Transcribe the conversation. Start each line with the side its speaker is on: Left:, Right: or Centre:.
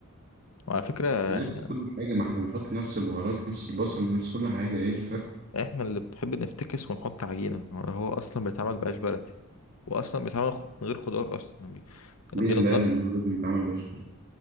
Left: وعلى فكرة
Right: نفس
Left: احنا
Right: كل حاجة ما احنا بنحط نفس البهارات نفس البصل نفس كل حاجة ايه الفرق
Left: احنا اللي بنحب نفتكس ونحط عجينة هو هو اصلا بيتعمل بعيش بلدي واصلا بيتعمل خ- من غير خضار اصلا يعني بي... كان
Right: مين
Left: بياخد
Right: اللي
Left: نفس-
Right: قال ان هو لازم يتعمل بعيش بلدي